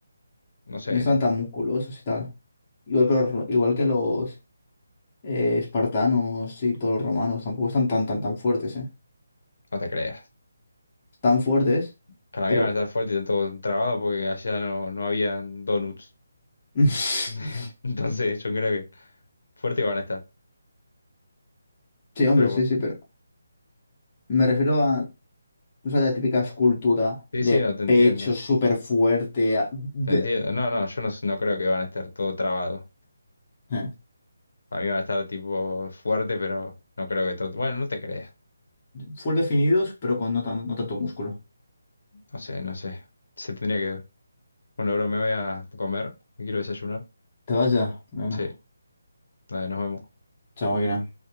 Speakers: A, on the left; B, on the left.
A: No sé
B: Y no
A: eso,
B: están tan musculosos y tal. Igual que los, ro- igual que los eh, espartanos y todos los romanos, tampoco están tan, tan, tan fuertes, ¿eh?
A: no te creas.
B: Están fuertes,
A: Para
B: pero...
A: mí van a estar fuertes y están todos trabados porque allá no, no habían donuts.
B: <laughs>
A: <laughs> Entonces yo creo que fuertes van a estar,
B: Sí, hombre,
A: pero
B: sí,
A: bueno.
B: sí, pero me refiero a, o sea, la típica escultura
A: Sí,
B: de
A: sí, no, te entiendo.
B: pecho súper fuerte, a- de-
A: Te entiendo. No, no, yo no, no creo que van a estar todo trabado.
B: eh,
A: Para mí van a estar tipo fuerte, pero no creo que todo... Bueno, no te creas.
B: full definidos, pero con no, tan- no tanto músculo.
A: No sé, no sé. Se tendría que... ver. Bueno, bro, me voy a comer. Me quiero desayunar.
B: ¿Te vas ya? Venga,
A: Sí, dale, nos vemos.
B: chao, máquina.